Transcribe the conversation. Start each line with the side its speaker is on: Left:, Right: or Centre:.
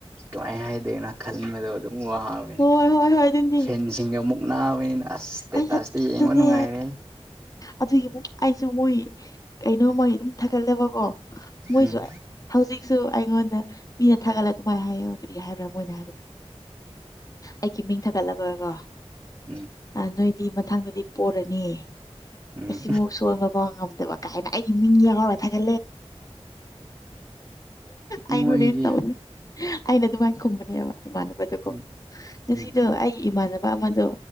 Right: ꯀꯃꯥꯏꯅ ꯍꯥꯏꯗꯣꯏꯦꯅꯣ ꯈꯟꯕꯗꯣ ꯎ ꯋꯥꯍꯥꯡꯕꯅꯤ
Left: ꯍꯣꯏ ꯍꯣꯏ ꯍꯣꯏ ꯑꯗꯨꯅꯤ
Right: ꯐꯦꯟꯁꯤꯡꯒ ꯃꯨꯛꯅꯥ ꯑꯩꯣꯏꯅ ꯑꯁ ꯁꯇꯦꯇꯥꯁꯇ
Left: ꯑꯩ
Right: ꯌꯦꯡꯕ
Left: ꯑꯗꯨꯅꯦ
Right: ꯅꯨꯡꯉꯥꯏꯔꯦ
Left: ꯑꯗꯨꯒꯤ ꯑꯃꯨꯛ ꯑꯩꯁꯨ ꯃꯣꯏ ꯀꯩꯅꯣꯃꯣꯏ ꯑꯗꯨꯝ ꯊꯥꯒꯠꯂꯦꯕꯀꯣ ꯃꯣꯏꯁꯨ
Right: ꯎꯝ
Left: ꯍꯧꯖꯤꯛꯁꯨ ꯑꯩꯉꯣꯟꯗ ꯃꯤꯅ ꯊꯥꯒꯠꯂ ꯑꯗꯨꯃꯥꯏꯅ ꯍꯥꯏ ꯍꯥꯏꯕ꯭ꯔꯥ ꯃꯅ ꯍꯥꯏꯕꯗ ꯑꯩꯒꯤ ꯃꯤ ꯊꯠ ꯒ
Right: ꯎꯝ
Left: ꯅꯣꯏꯗꯤ ꯃꯊꯪꯗꯗꯤ ꯄꯣꯔꯅꯤ
Right: ꯎꯝ
Left: ꯑꯁꯤꯃꯥꯎ ꯁꯣꯟꯕ ꯐꯥꯎ ꯉꯝꯗꯕ ꯀꯥꯏꯅ ꯑꯩ ꯏꯃꯤꯤꯡꯒꯤꯌꯥ ꯀ ꯀ ꯊ ꯀꯦ
Right: ꯃꯣꯏꯒꯤ
Left: ꯑꯩ ꯍꯣꯔꯦꯟ ꯇꯧꯅꯤ ꯑꯩꯅ ꯑꯗꯨꯃꯥꯏꯅ ꯈꯨꯝꯕꯅꯦꯕ ꯏꯃꯥꯟꯅꯕꯗꯨꯀꯣ
Right: ꯎꯝ
Left: ꯉꯁꯤꯗꯣ
Right: ꯎꯝ
Left: ꯑꯩꯒꯤ ꯏꯃꯥꯟꯅꯕ ꯑꯃꯗꯣ